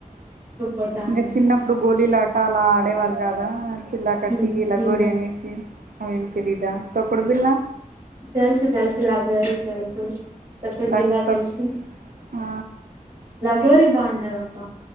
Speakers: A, on the right (about 35°); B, on the right (about 75°).
A: పోతానిన్న
B: ఇంకా చిన్నప్పుడు గోళలాట అలా ఆడేవాళ్ళు కదా చిల్లా కట్టి
A: ఉమ్,
B: ఇలా
A: ఉమ్,
B: గోరి అనేసి అవేం తెలీదా తొకుడు బిళ్ళ
A: చల్సు తెల్సు భారు తెల్సు తకడ
B: తక్
A: బిలా తెల్సు
B: తక్ ఆ
A: ఘోరి బాండప్ప